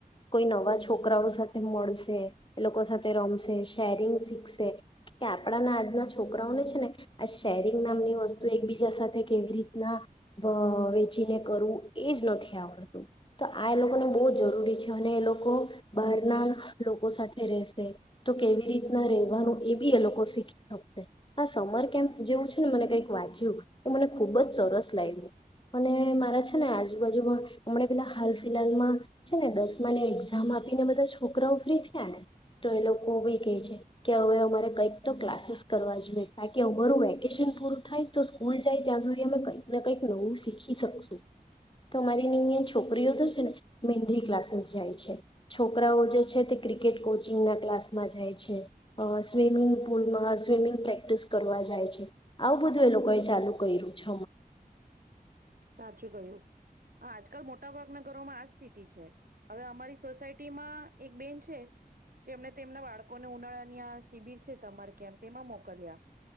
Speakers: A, on the left; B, on the right.
A: કોઈ નવા છોકરાઓ સાથે મળશે એ લોકો સાથે રમશે. શીખ કે આપણા ના આજના છોકરાઓને છે ને. આ શેરિંગ નામની વસ્તુ એકબીજા સાથે કેવી રીતના વેચીને કરવું એ જ નથી આવડતું, તો આ એ લોકોને બહ જ જરૂરી છે અને એ લોકો, બહારના લોકો સાથે રહેશે, તો કેવી રીતના રહેવાનું એ બી એ લોકો શીખી શકતે. હા સમ કેમ જેવું છે ને મને કઈક વાંચ્યું, એ મને ખુબ જ સરસ લાગ્યું, અને મારા છે ને આજુબાજુમાં હમણાં પેલા હાલ ફિલાહાલમાં, છે ને દસમા ની એક્ઝામ આપીને બધા છોકરાઓ ફ્રી થયા ને, તો એ લોકો કે હવે અમારે કઈક તો ક્લાસીસ કરવા જોઈએ અમારું વેકેશન પૂરું થાય તો સ્કૂલ જાય ત્યાં સુધી અમે કઈક કંઈક નવું શીકશું, તો અરી અ છોકરીઓ તો છે ને મંદી ક્લાસીસ જાય છે, છોકરાઓ જે છે તે ક્રિકેટ કોચિંગ ના ક્લાસમાં જાય. છે, સ્વિમિંગ પુલમાં સ્વિમિંગ પ્રેક્ટિસ કરવા. છે, આવું બધું એ લોકોએ ચાલુ કર્યું છે.
B: સાચું કય્યું, આજકાલ મોટા ભાગના ઘરોમાં આ સ્થિતિ છે, હવે અમારી સોસાયટીમાં એક બેન છે, તેમને તેમના બાળકોને ઉનાળાની આ શિબિર છે સમર કેમ્પ તેમાં મોકલ્યા,